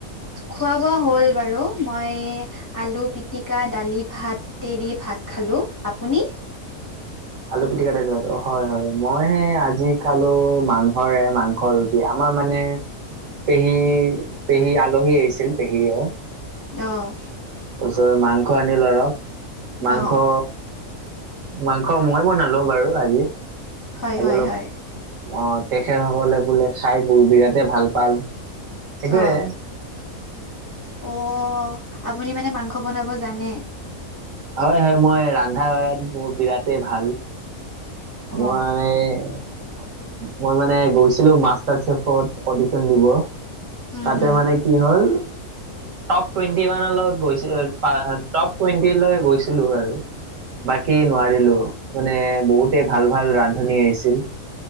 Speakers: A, on the left (about 25°); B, on the right (about 65°).
A: খোৱা বোৱা হ'ল বাৰু মই আলু পিতিকা দালি, ভাত দি ভাত খালো আপুনি?
B: আলু পিটিকা দালি ভাত। হয়-হয় মইহে আজি খালো মাংসৰে মাংস ৰুটি। কি, আমাৰ মানে পেহী-পেহী আলহী আহিছিল পেহী অ'
A: অ',
B: তাৰপিছত মাংস আনি লৰক মাংস
A: অ
B: মাংস মই বনালো বাৰু আজি-আজি
A: হয় হয়
B: অলপ,
A: হয়
B: অ, তেখেত সকলে বোলে খাই মোৰ বিৰাটেই ভাল পাল সেইটোয়ে
A: অহ, অ, আপুনি মানে মাংস বনাব জানে?
B: হয়-হয় মই ৰান্ধা বিৰাট ভাল। মই
A: অ
B: মই মানে গৈছিলো মাষ্টাৰ চেফত অডিশন দিব।
A: উম
B: তাতে
A: উম
B: মানে কি হ'ল? টপ টুৱেণ্টি ওৱান লগত গৈছে টপ টুৱেন্টি লৈ গৈছিলো আৰু বাকী নোৱাৰিলো। মানে বহুতে ভাল-ভাল ৰান্ধনি আহিছিল।